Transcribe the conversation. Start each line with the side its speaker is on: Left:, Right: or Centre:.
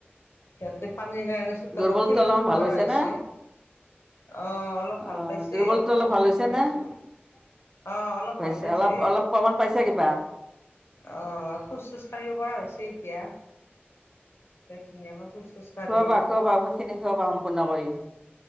Left: সিহঁতে পানীৰ কাৰণে চোতালত
Right: দুৰ্বলটো
Left: খেলিব
Right: অলপমান ভাল
Left: নোৱাৰা হৈছে।
Right: না
Left: অঁ অলপ
Right: অ
Left: ভাল পাইছে
Right: দুৰ্বলটো
Left: অলপ ঔষধ
Right: ভাল হৈছে
Left: খুৱাইছোঁ।
Right: নে
Left: অঁ অলপ
Right: হৈছে
Left: ভাল পাইছে।
Right: অলপ অলপ প্ৰমাণ পাইছা কিবা
Left: অঁ খোজ চোজ কঢ়িব পৰা হৈছে এতিয়া, ধুনীয়াকৈ খোজ চোজ কাঢ়ে
Right: খোৱাবা খোৱাবা ঔষধ খিনি খুৱাবা সম্পূৰ্ণ কৰি।